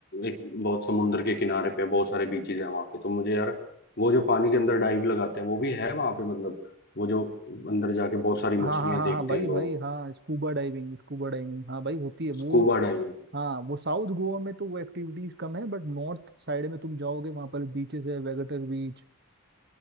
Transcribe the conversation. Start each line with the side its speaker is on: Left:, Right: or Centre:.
Left: एक बहुत समुद्र के किनारे पे बहुत सारे बीचेज हैं वहां पे तो मुझे यार वो जो पानी के अंदर डाइव लगाते हैं वो भी है वहां पे मतलब वो जो अंदर जाके बहुत सारी मछलियां
Right: हाँ हाँ हाँ
Left: देखते
Right: हाँ भाई
Left: हैं लोग
Right: भाई हाँ स्कूबा डाइविंग स्कूबा डाइविंग हाँ भाई होती है वो
Left: स्कूबा डाइविंग
Right: हाँ वो साउथ गोवा में तो वो एक्टिविटीज कम है बट नॉर्थ साइड में तुम जाओगे वहां पर बीचेस है वेगेटर बीच